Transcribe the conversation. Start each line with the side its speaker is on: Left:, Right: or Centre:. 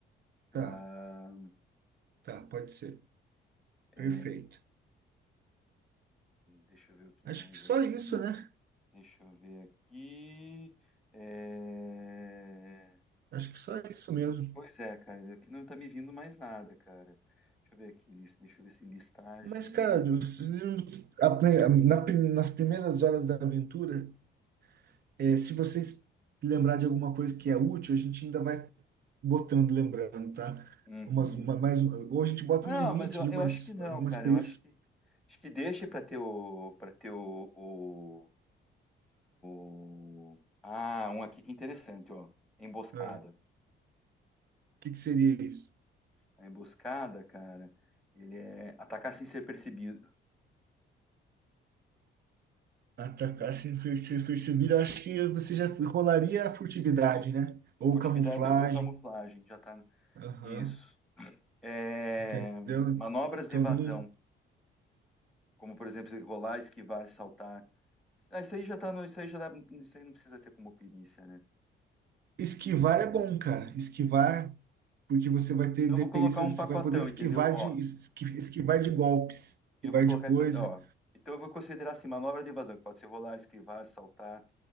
Centre: para
Right: Tá, tá, pode ser.
Centre: É,
Right: Perfeito.
Centre: Deixa eu ver o que
Right: Acho
Centre: mais
Right: que só
Centre: aqui.
Right: isso, né?
Centre: Deixa eu ver aqui. É,
Right: Acho que só isso mesmo.
Centre: Pois é, cara, aqui não tá me vindo mais nada, cara. Deixa eu ver aqui, lis- deixa eu ver se listagem
Right: Mas, cara,
Centre: de.
Right: os- a- na- nas primeiras horas da aventura, é, se vocês lembrar de alguma coisa que é útil, a gente ainda vai botando, lembrando, tá?
Centre: Uhum.
Right: Umas, uma, mais, um, ou a gente bota
Centre: Não,
Right: um limite
Centre: mas eu,
Right: de
Centre: eu
Right: umas,
Centre: acho que não,
Right: algumas
Centre: cara.
Right: perícias.
Centre: Eu acho que acho que deixa para ter o para ter o, o, o- Ah, um aqui que é interessante, ó. Emboscada.
Right: Ah, o que que seria isso?
Centre: A emboscada, cara, ele é atacar sem ser percebido,
Right: Atacar sem per- ser percebido, eu acho que você já rolaria a furtividade,
Centre: Cu-
Right: né? Ou
Centre: Furtividade
Right: camuflagem.
Centre: ou camuflagem, já tá.
Right: Aham,
Centre: Isso. É,
Right: entendeu?
Centre: Manobras
Right: Então,
Centre: de evasão,
Right: não...
Centre: como por exemplo, rolar, esquivar, saltar. Ah, isso aí já tá no, isso aí já dá, isso aí não precisa ter como perícia, né?
Right: esquivar é bom, cara. Esquivar, porque você vai ter
Centre: Então
Right: dependência,
Centre: eu vou colocar um
Right: você
Centre: pacotão,
Right: vai poder esquivar
Centre: entendeu? Ó,
Right: de, esqui- esquivar de golpes,
Centre: eu
Right: esquivar
Centre: vou colocar,
Right: de coisas.
Centre: então- ó, então eu vou considerar assim, manobra de evasão, que pode ser rolar, esquivar, saltar.